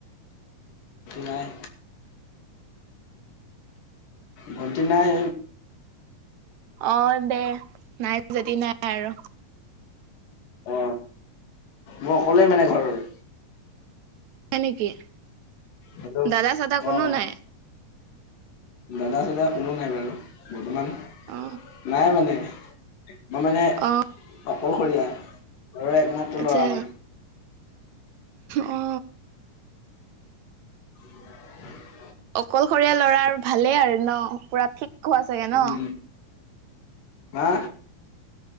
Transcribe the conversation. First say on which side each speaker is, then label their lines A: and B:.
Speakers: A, on the left; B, on the right.
A: নাই ভণ্টি নাই
B: অ দে নাই যদি নাই আৰু।
A: অ, মই অকলে মানে ঘৰৰ।
B: হয় নেকি,
A: হেল্ল'
B: দাদা চাদা কোনো
A: অ'।
B: নাই?
A: দাদা চাদা কোনো নাই বাৰু বৰ্তমান
B: অ
A: নাই মানে। মই মানে
B: অ
A: অকলশৰীয়া। ঘৰৰ একমাত্ৰ
B: আচ্ছা
A: ল'ৰা মই।
B: অ
A: <inaudible>
B: অকলশৰীয়া ল'ৰাৰ ভালেই আৰু ন পুৰা ঠিক খোৱা চাগে ন।
A: উম, হা?